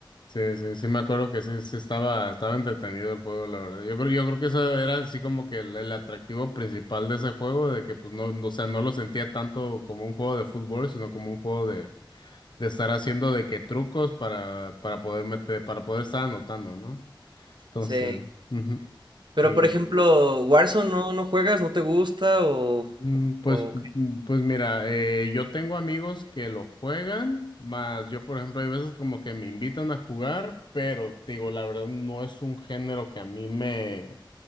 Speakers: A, on the left; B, on the right.
A: sí, sí, sí me acuerdo que sí, sí estaba, estaba entretenido el juego, la verdad. Yo creo, yo creo que eso era así como que el, el atractivo principal de ese juego, de que pues no, no- o sea, no lo sentía tanto como un juego de fútbol, sino como un juego de, de estar haciendo de que trucos para, para poder meter, para poder estar anotando, ¿no? Entonces,
B: Sí.
A: ujú,
B: Pero,
A: y,
B: por
A: ujú.
B: ejemplo, Warzone no, no juegas, no te gusta o,
A: Mm, Pues,
B: o qué,
A: mm, pues mira, eh, yo tengo amigos que lo juegan, más yo, por ejemplo, hay veces como que me invitan a jugar, pero te digo, la verdad no es un género que a mí me,